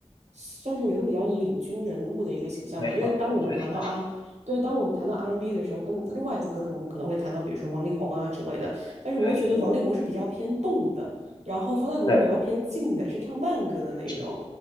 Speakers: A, on the right (about 80°); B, on the left (about 40°).
A: 算是有一个比较领军人物的一个形象吧。
B: 没错，
A: 因为当我们谈到啊，
B: 我觉得应该是，
A: 对，当我们谈到 R&B n 的时候，跟另外一个歌手，我们可能会谈到比如说王力宏啊之类的，但是我会觉得王力宏是比较偏动的，
B: 对对对
A: 然后方大同是比较偏静的，
B: 对，
A: 是唱慢歌的那一种。
B: 是，